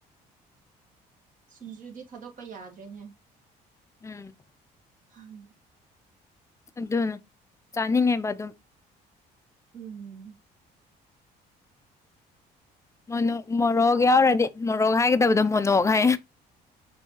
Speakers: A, on the right (about 50°); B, on the left (about 15°).
A: ꯁꯤꯡꯖꯨꯗꯤ ꯊꯥꯗꯣꯛꯄ ꯌꯥꯗ꯭ꯔꯦꯅꯦ
B: ꯎꯝ
A: ꯎꯝ
B: ꯑꯗꯨꯅ ꯆꯥꯅꯤꯡꯉꯦꯕ ꯑꯗꯨꯝ
A: ꯎꯝ
B: ꯃꯅꯣꯛ ꯃꯣꯔꯣꯛ ꯌꯥꯎꯔꯗꯤ ꯃꯣꯔꯣꯛ ꯍꯥꯏꯒꯗꯕꯗꯣ ꯃꯣꯅꯣꯛ ꯒ